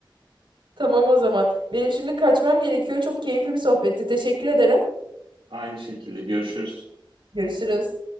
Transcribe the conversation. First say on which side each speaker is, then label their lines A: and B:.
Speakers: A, on the right; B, on the right.
A: Tamam o zaman. Benim şimdi kaçmam gerekiyor. Çok keyifli bir sohbetti. Teşekkür ederim.
B: Aynı şekilde görüşürüz.
A: Görüşürüz.